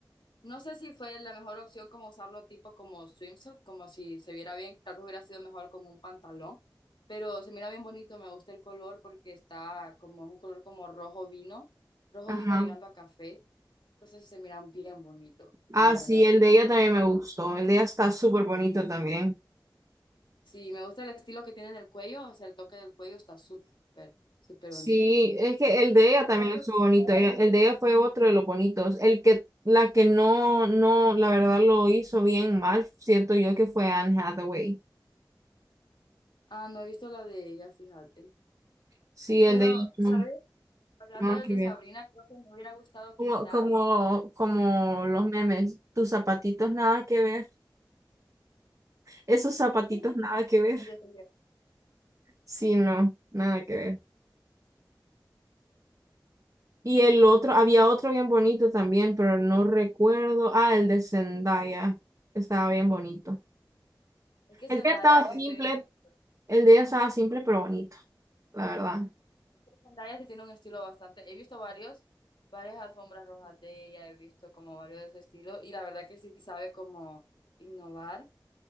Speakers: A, on the left (about 85°); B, on the right (about 45°).
A: no sé si fue la mejor opción como usarlo tipo como swimsuit, como si se viera bien, tal vez hubiera sido mejor con un pantalón, pero se mira bien bonito, me gusta el color porque está como es un color como rojo vino, rojo
B: ajá.
A: vino llegando a café, entonces se miran bien bonito,
B: Ah,
A: la verdad.
B: sí, el de ella también me gustó. El de ella está súper bonito también.
A: Sí, me gusta el estilo que tiene en el cuello, o sea, el toque del cuello está súper, súper
B: Sí,
A: bonito.
B: es que el de ella
A: Entonces,
B: también es bonito.
A: ¿cuál
B: ella-
A: sería?
B: El de ella fue otro de los bonitos. El que, la que no, no, la verdad lo hizo bien mal, siento yo que fue Anne Hathaway.
A: Ah, no he visto la de ella, fíjate.
B: Sí, el
A: Pero,
B: de ella no,
A: ¿sabes? Hablando
B: nada
A: del
B: que
A: de
B: ver.
A: Sabrina, creo que me hubiera gustado
B: Como,
A: quizás.
B: como, como los memes, tus zapatitos nada que ver, esos zapatitos
A: <laughs>
B: nada que ver.
A: En
B: <laughs>
A: serio.
B: Sí, no, nada que ver. Y el otro, había otro bien bonito también, pero no recuerdo. Ah, el de Zendaya. Estaba bien bonito.
A: Es que
B: El
A: Zendaya
B: día estaba
A: se viste
B: simple,
A: bien bonita.
B: el día estaba simple pero bonito, la verdad.
A: Es que Zendaya sí tiene un estilo bastante. He visto varios, varias alfombras rojas de ella, he visto como varios de ese estilo y la verdad que sí sabe como innovar.